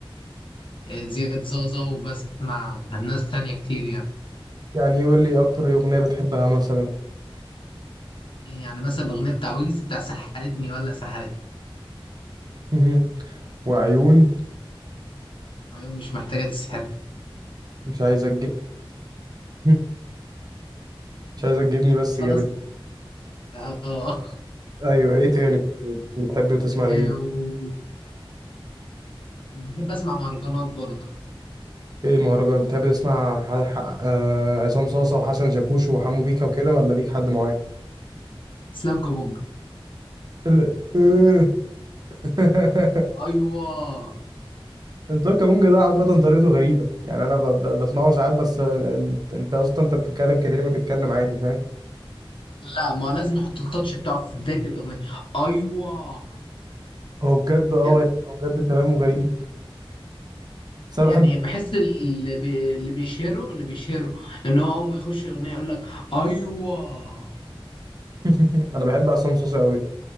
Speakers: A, on the left; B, on the right.
A: إيه زياد زازا وبسمع ناس تانية كتير يعني
B: يعني قول لي اكتر ايه اغنية بتحبها مثلا
A: إيه يعني مثلا الأغنية بتاع ويجز بتاع سحرتني ولا سحرتني
B: مهم. وعيون
A: عيون مش محتاجة تسحرني
B: مش عايزة تجيب <laughs> مش عايزة تجيبني بس
A: خلاص
B: جابت
A: آه
B: ايوه ايه تاني بتحب تسمع لمين؟
A: إيه و- بحب أسمع مهرجانات برضه
B: ايه مهرجان بتحب تسمع ح- ح- آه، عصام صاصة وحسن شاكوش وحمو بيكا وكده ولا ليك حد معين؟
A: إسلام كابونجا
B: ال- إيه. <laughs>
A: أيوه
B: انطباق كابونجا ده عامة طريقته غريبة يعني انا ب- ب- بسمعه ساعات بس آه، انت انت اصلا انت بتتكلم كده ليه ما تتكلم عادي فاهم؟
A: لا ما هو لازم يحط التاتش بتاعه في بداية الأغنية أيوه
B: هو بجد اه
A: يعني
B: يعني هو بجد كلامه غريب بس انا
A: يعني
B: بحب
A: بحس اللي بي... اللي بيشهره اللي بيشهره إن هو أول ما يخش الأغنية يقول لك أيوه
B: <laughs> انا بحب عصام صاصة قوي